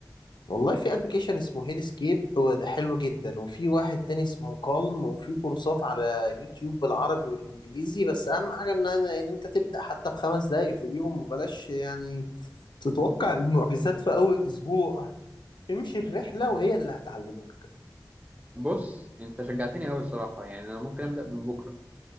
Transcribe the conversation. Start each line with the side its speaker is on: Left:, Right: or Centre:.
Left: والله في ابلكيشن اسمه هيد سكيب وده حلو جدا وفي واحد تاني اسمه كالم وفي كورسات على يوتيوب بالعربي والانجليزي بس اهم حاجه ان أنا ان انت تبدا حتى بخمس دقايق في اليوم وبلاش يعني تتوقع المعجزات في اول اسبوع امشي الرحله وهي اللي هتعلمك
Right: بص انت شجعتني قوي الصراحه يعني انا ممكن ابدا من بكره